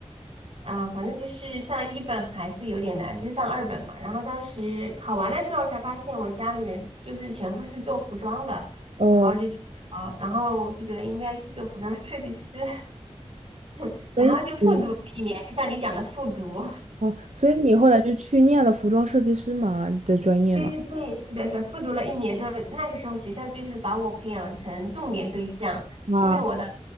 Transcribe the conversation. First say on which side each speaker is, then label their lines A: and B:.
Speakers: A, on the right (about 55°); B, on the right (about 80°).
A: 啊，反正就是上一本还是有点难，就是上二本嘛。然后当时考完了之后才发现，我家里人就是全部是做服装的，
B: 哦，
A: 然后就觉得啊，然后就觉得应该去做服装设计师，<laughs>
B: 所以你
A: 然后就复读了一年，就像你讲的复读。
B: 哦，所以你后来是去念了服装设计师嘛的专业嘛？
A: 对对对，是的，是的复读了一年之后，那个时候学校就是把我培养成重点对象，
B: 啊，
A: 因为我的，